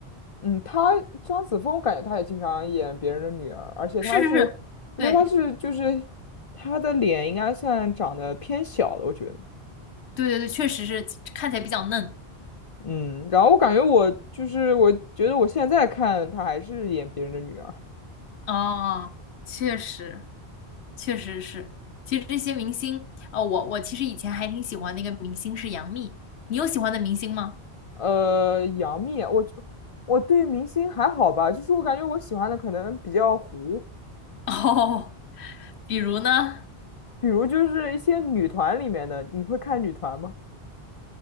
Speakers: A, on the left (about 35°); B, on the left (about 85°).
A: 嗯，他张子枫，我感觉他也经常演别人的女儿，而且他是，
B: 是是是，
A: 我觉得他是就是他的脸应该算长得偏小的，
B: 对
A: 我觉得。
B: 对对对，确实是看起来比较嫩
A: 嗯，然后我感觉我就是我觉得我现在看她还是演别人的女儿。
B: 啊，确实确实是。其实这些明星，哦，我我其实以前还挺喜欢那个明星是杨幂，你有喜欢的明星吗？
A: 呃，杨幂，我就我对明星还好吧，就是我感觉我喜欢的可能比较糊，
B: <laughs> 哦，比如呢，
A: 比如就是一些女团里面的，你会看女团吗？